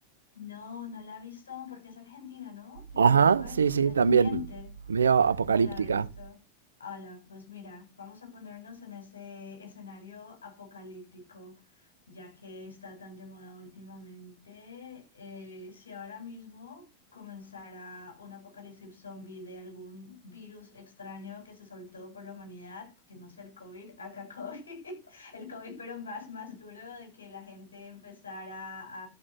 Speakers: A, on the left; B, on the right.
A: No, no la he visto aún porque es argentina, ¿no? La
B: Ajá,
A: tengo ahí
B: sí, sí,
A: pendiente.
B: también. Medio apocalíptica.
A: No la he visto. Hola, pues mira, vamos a ponernos en ese escenario apocalíptico, ya que está tan de moda últimamente. Eh, si ahora mismo comenzara un apocalipsis zombie de algún virus extraño que se soltó por la humanidad, que no sea el COVID, acá COVID, <laughs> el COVID pero más, más duro de que la gente empezara